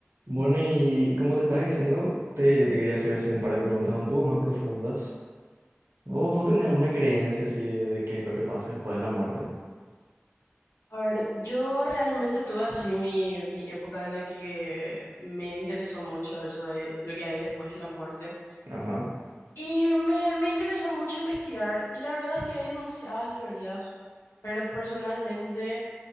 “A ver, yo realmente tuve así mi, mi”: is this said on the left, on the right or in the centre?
Left